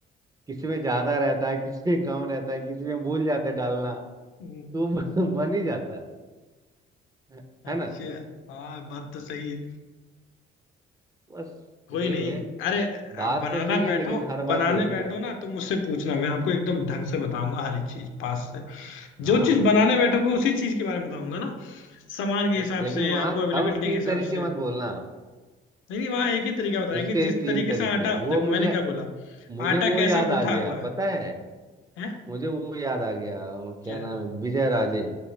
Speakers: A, on the right; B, on the left.
A: किसी में ज्यादा रहता है किसी में कम रहता है किसी में भूल जाते हैं डालना
B: हम्म,
A: तो <laughs> बन ही जाता है
B: अच्छा
A: है ना
B: हाँ बात तो सही है
A: बस
B: कोई
A: यही
B: नहीं
A: है
B: अरे
A: बात
B: अब बनाना
A: तो सही है
B: बैठो
A: लेकिन हर
B: बनाने
A: बात यही
B: बैठो
A: है
B: ना तो मुझसे पूछना मैं आपको एकदम ढंग से बताऊंगा हर एक चीज पास से
A: हाँ
B: जो चीज बनाने बैठोगे उसी चीज के बारे में बताऊंगा ना सामान के
A: ठीक
B: हिसाब
A: लेकिन
B: से
A: वहां
B: आपको अवेलेबिलिटी
A: तब तीन
B: के हिसाब
A: तरीके
B: से
A: मत बोलना आप
B: नहीं नहीं वहाँ एक ही तरीका बताएंगे
A: इसके
B: जिस
A: ही तीन
B: तरीके
A: तरीके
B: से आटा
A: वो
B: देखो
A: मुझे
B: मैंने क्या बोला
A: मुझे
B: आटा
A: वो
B: कैसा
A: याद आ
B: गुथा
A: गया
B: हुआ है,
A: पता है
B: हैं
A: मुझे वो याद आ गया क्या
B: क्या
A: नाम है विजय राजे